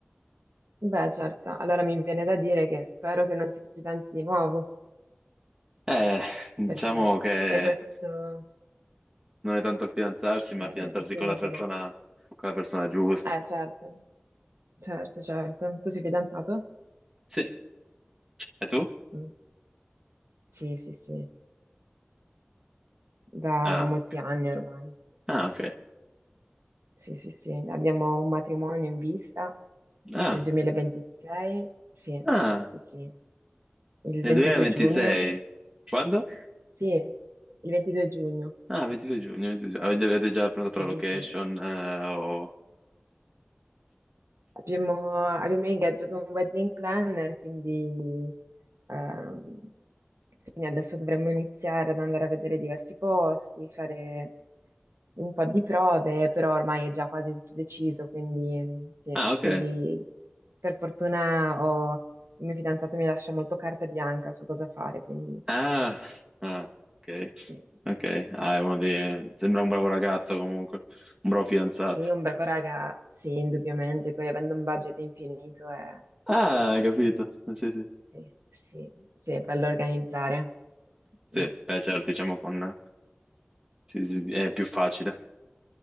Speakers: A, on the right; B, on the right.
A: Beh, certo, allora mi viene da dire che spero che non si fidanzi di nuovo,
B: Eh, diciamo
A: perché
B: che
A: se questo...
B: Non è tanto il fidanzarsi,
A: Se
B: ma fidanzarsi
A: che si
B: con la
A: isola...
B: persona, con la persona giusta.
A: Eh, certo, certo, certo. Tu sei fidanzato?
B: Sì. E tu?
A: Mm. Sì, sì, sì, da
B: Ah,
A: molti
B: ok.
A: anni ormai.
B: Ah, ok.
A: Sì, sì, sì, abbiamo un matrimonio in vista
B: Ah,
A: nel 2026, sì,
B: ah,
A: sì, sì, il
B: nel
A: 22
B: 2026.
A: giugno,
B: Quando?
A: sì, il 22 giugno,
B: Ah, 22 giugno, 22 giugno.
A: siamo-
B: Avete, avete già prenotato
A: sì,
B: la location?
A: sì.
B: eh, o-
A: Abbiamo, abbiamo ingaggiato un wedding planner, quindi, ehm, quindi adesso dovremmo iniziare ad andare a vedere diversi posti, fare un po' di prove, però ormai è già quasi tutto deciso, quindi mm, sì.
B: Ah, ok.
A: Poi per fortuna ho- il mio fidanzato mi lascia molto carta bianca su cosa fare, quindi
B: Ah, ah, ok.
A: sì,
B: Ok.
A: sì.
B: Ah, è uno dei... Sembra un bravo ragazzo comunque, un bravo fidanzato.
A: Sì, un bravo raga, sì, indubbiamente, poi avendo un budget infinito è
B: Ah, hai capito. Sì, sì.
A: Sì, sì, sì, è bello organizzare.
B: Sì,
A: Mm.
B: beh, certo, diciamo con... sì, sì, sì, è più facile.